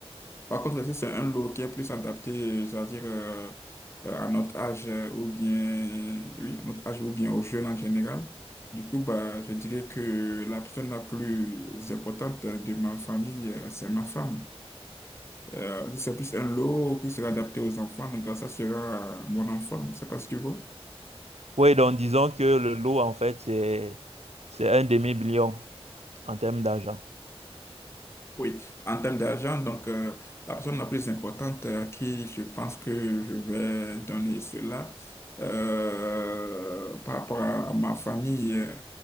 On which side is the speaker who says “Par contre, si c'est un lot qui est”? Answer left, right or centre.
Left